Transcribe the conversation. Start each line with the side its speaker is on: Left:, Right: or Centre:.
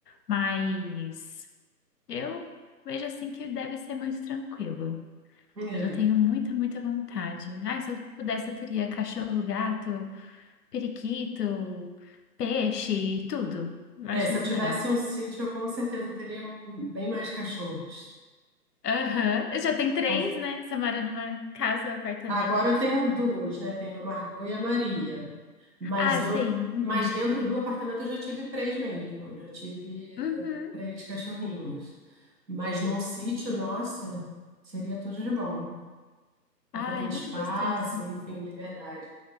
Left: Mas eu vejo assim que deve ser muito tranquilo.
Right: É.
Left: Mas eu tenho muita, muita vontade. Ai, se eu pudesse, eu teria cachorro, gato periquito, peixe, tudo. Eu acho
Right: É, se
Left: muito
Right: eu tivesse
Left: legal.
Right: um sítio, eu com certeza teria um- bem mais cachorros.
Left: Aham, Eu Já tem três,
Right: Com-
Left: né? Você mora numa casa ou apartamento.
Right: Agora eu tenho duas, né? Tenho a Margot e a Maria. Mas
Left: Ah,
Right: eu,
Left: sim.
Right: mas
Left: Uhum.
Right: dentro do apartamento eu já tive três mesmo. Já tive eh,
Left: Uhum.
Right: três cachorrinhos. Mas num sítio, nossa, seria tudo de bom, porque
Left: Ah,
Right: tem
Left: é
Right: espaço,
Left: muito gostoso.
Right: enfim, liberdade.